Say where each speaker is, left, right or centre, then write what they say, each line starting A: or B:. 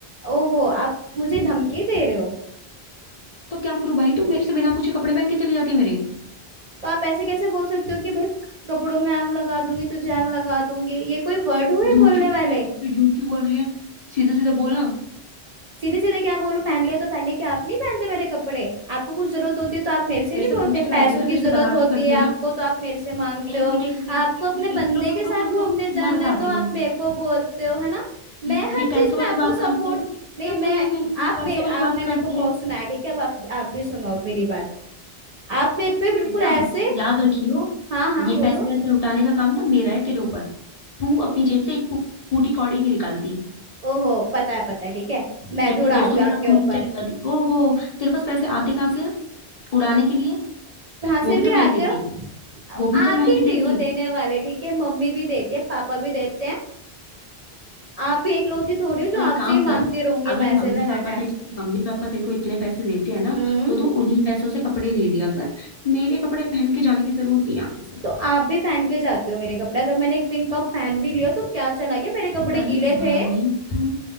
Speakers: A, on the right; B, on the left.
A: ओहो आप मुझे धमकी दे रहे हो
B: तो क्या करूं भाई तू मेरे से बिना पूछे कपड़े पहन के चली जाती है मेरे
A: तो आप ऐसे कैसे बोल सकते हो कि भाई कपड़ों में आग लगा दूंगी तुझे आग लगा दूंगी ये कोई वर्ड हुए
B: तो झूठ
A: बोलने
B: क्यों बोल
A: वाले
B: रही है फिर झूठ क्यों बोल रही है सीधे सीधे बोलना
A: सीधे सीधे क्या बोलो पहन लिया तो पहन लिया क्या आप नहीं पहनते मेरे कपड़े आपको कुछ जरूरत होती है तो आप मेरे से
B: तेरे
A: नहीं
B: से
A: बोलते
B: पूछ के पहनती
A: पैसों
B: हूँ ना
A: की
B: तेरे
A: जरूरत
B: से बता
A: होती
B: के करती
A: है
B: हूँ
A: आपको
B: ना
A: तो आप मेरे से मांगते
B: एक
A: हो
B: मिनट एक मिनट एक
A: आपको
B: मिनट एक
A: अपने
B: मिनट
A: बंदे
B: एक रुक रुक
A: के साथ
B: रुक रुक रुक
A: घूमने जाना
B: मैं बताती
A: है तो आप
B: हूँ
A: मेरे को बोलते हो है ना मैं
B: ये, ये
A: हर
B: पैसों
A: चीज में
B: वाली
A: आपको
B: बात कहाँ
A: सपोर्ट
B: से आई
A: नहीं
B: ना ना
A: मैं
B: ना ना ना, ये
A: आप
B: पैसों
A: मेरे
B: वाली बात
A: आपने
B: कहाँ
A: मेरे
B: से
A: को बहुत
B: आई
A: सुना है ठीक है अब आप आप भी सुनो अब मेरी बात आप मेरे पे बिल्कुल
B: बेटा
A: ऐसे
B: याद रखियो
A: हाँ हाँ
B: ये
A: बोलो
B: पैसे वैसे लुटाने का काम ना मेरा है तेरे ऊपर तू अपनी जेब से एक फू- फूटी कौड़ी नहीं निकालती
A: ओहो पता है पता है ठीक है मैं
B: ये
A: भी
B: अपने
A: उड़ाती
B: दोस्तों
A: हूँ
B: के साथ
A: आपके
B: घूमने
A: ऊपर
B: चली जाती ओहो तेरे पास पैसे आते कहाँ से हैं उड़ाने के लिए
A: जहां से
B: वो भी
A: भी
B: तो मैं
A: आते
B: ही देती
A: हो
B: हूँ वो भी तो
A: आप
B: मैं
A: ही
B: ही देती
A: नहीं हो देने वाले ठीक है मम्मी भी देती है पापा भी देते हैं आप ही इकलौती थोड़ी हो जो
B: तो एक
A: आपसे
B: काम
A: ही
B: कर
A: मांगती रहूंगी
B: अगर
A: पैसे
B: मम्मी
A: मैं
B: पापा
A: हर टाइम
B: तेरे से मम्मी पापा तेरे को इतने पैसे देते हैं ना
A: हम्म
B: तो तू उन्हीं पैसों से कपड़े ले लिया कर मेरे कपड़े पहन के जाने की जरूरत नहीं है आगे से
A: तो आप भी पहन के जाते हो मेरे कपड़े अगर मैंने एक पिंक टॉप पहन भी लिया तो क्या चला गया मेरे कपड़े
B: अरे
A: गीले
B: भाई
A: थे
B: तू